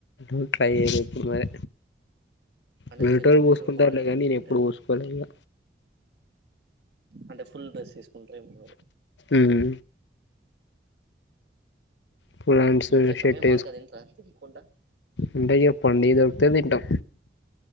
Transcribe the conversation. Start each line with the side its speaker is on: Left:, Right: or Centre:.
Left: మ్ ట్రై యెయలె ఎప్పుడు మరి
Right: అంటే
Left: వేరేటోళ్ళు
Right: చెట్లు
Left: పోస్కుంటరు
Right: మీరు మామిడికాయలు
Left: లే గని
Right: తెంపుకుంటే
Left: ఎప్పుడు పోసుకోలే ఇక
Right: అంటే ఫుల్ డ్రెస్స్ కుంట్రేమొ మీరు
Left: ఉమ్ ఫులాన్స్
Right: చెట్ల
Left: షెట్ట్
Right: మీద మామిడికాయ
Left: ఏస్
Right: తింటారా తెంపుకుంటా
Left: అంటె ఇగ పండియి దొర్క్తె దింటం